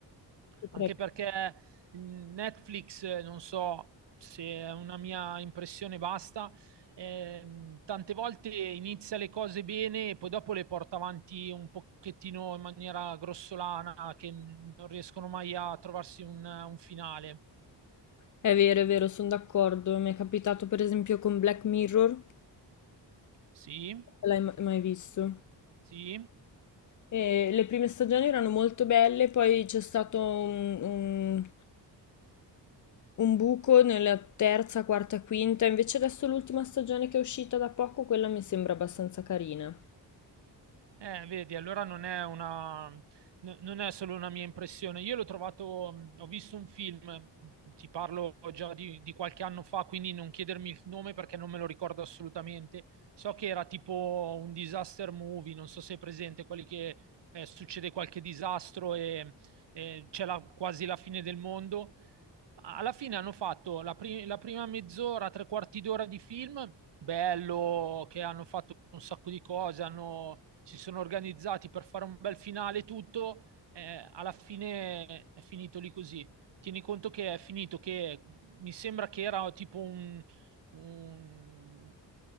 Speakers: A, on the left (about 45°); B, on the right (about 75°).
A: Potrebbe-
B: Anche perché Netflix, eh, non so se è una mia impressione basta, ehm, tante volte inizia le cose bene e poi dopo le porta avanti un pochettino in maniera grossolana, che n- non riescono mai a trovarsi un, un finale.
A: È vero, è vero, sono d'accordo. Mi è capitato per esempio con Black Mirror, non
B: Sì,
A: l'hai ma- mai visto.
B: sì.
A: E le prime stagioni erano molto belle, poi c'è stato un, un- un buco nella terza, quarta, quinta. Invece adesso l'ultima stagione che è uscita da poco, quella mi sembra abbastanza carina.
B: Eh, vedi, allora non è una, no- non è solo una mia impressione. Io l'ho trovato, mh, ho visto un film, ti parlo già di, di qualche anno fa, quindi non chiedermi il nome perché non me lo ricordo assolutamente. So che era tipo un disaster movie, non so se è presente, quelli che eh, succede qualche disastro e, e c'è la- quasi la fine del mondo alla fine hanno fatto la, pri- la prima mezz'ora, tre quarti d'ora di film, bello, che hanno fatto un sacco di cose, hanno- si sono organizzati per fare un bel finale e tutto, eh, alla fine è finito lì così. Tieni conto che è finito, che mi sembra che era tipo un, un-